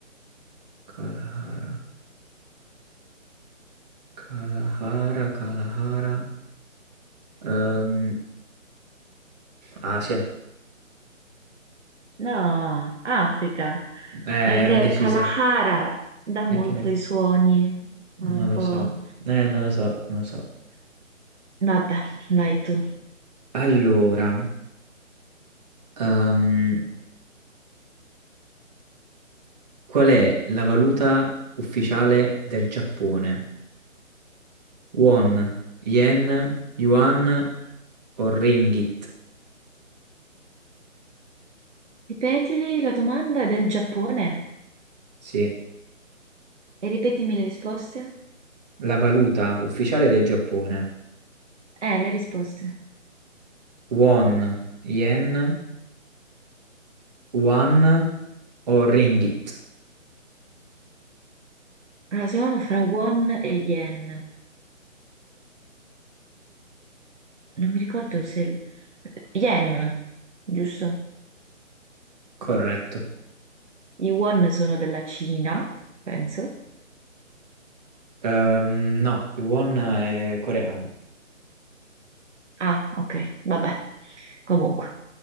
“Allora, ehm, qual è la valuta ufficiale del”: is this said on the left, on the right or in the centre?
Right